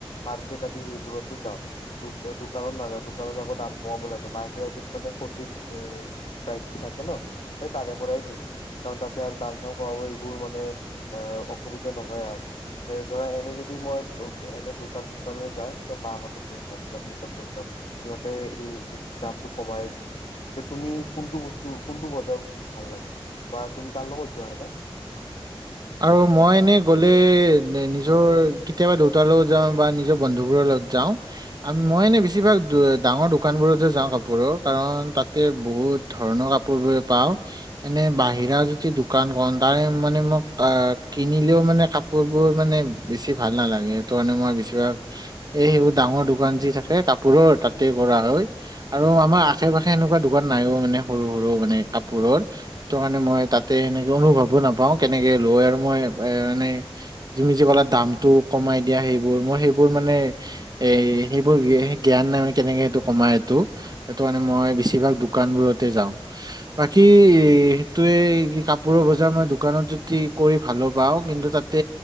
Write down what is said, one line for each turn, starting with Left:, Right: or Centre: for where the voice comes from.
Left: মাৰ্কেট আদি সেইবোৰতে যাওঁ দোক-দোকানত নাযাওঁ দোকানত যাব দাম কমাব লাগে মাৰ্কেট আদিত মানে প এ, প্ৰাইজটো থাকে ন' এ, তাৰে পৰাই কিনো কাৰণ তাতে আৰু দাম চাম কমাব এইবোৰ মানে এ, অসুবিধা নহয় আৰু। এ, ধৰা এনে যদি মই ব এনে দোকান চোকানলে যাওঁ তেতিয়া মাহঁতক লৈ যাওঁ বা দেউতাক লৈ যাওঁ, সিঁহতে এই দু দামটো কমাই এ, তুমি কোনটো বস্তু কোনটো বজাৰত ভাল লাগে, বা তুমি কাৰ লগত যোৱা এনে?
Right: আৰু মই এনেই গ'লে নি নিজৰ কেতিয়াবা দেউতাৰ লগত যাওঁ বা নিজৰ বন্ধুবোৰৰ লগত যাওঁ। আ মই এনে বেছিভাগ দু ডাঙৰ দোকানবোৰতহে যাওঁ কাপোৰৰ, কাৰণ তাতে বহুত ধৰণৰ কাপোৰবোৰ পাওঁ, এনে বাহিৰা যদি দোকান কম তাৰে মানে মোক আ কিনিলেও মানে কাপোৰবোৰ মানে বেছি ভাল নালাগে, সেইটো কাৰণে মই বেছিভাগ এই সেইবোৰ ডাঙৰ দোকান যি থাকে কাপোৰৰ তাতে কৰা হয় আৰু আমাৰ আশে পাশে এনেকুৱা দোকান নাইও মানে সৰু সৰু মানে কাপোৰৰ, ইটো কাৰণে মই তাতে এনেকে অনুভৱো নাপাও কে কেনেকে লৈ আৰু মই এ, মানে তুমি যে ক'লা দামটো কমাই দিয়া সেইবোৰ মই সেইবোৰ মানে, এই সেইবোৰ সে জ্ঞান নাই মান কেনেকে সেইটো কমাই এইটো। সেইটো কাৰণে মানে মই বেছিভাগ দোকান বোৰতে যাও বাকি এ সেইটোয়ে কি কাপোৰৰ বজাৰ মই দোকানত য <unintelligible> কৰি ভালো পাওঁ কিন্তু তাতে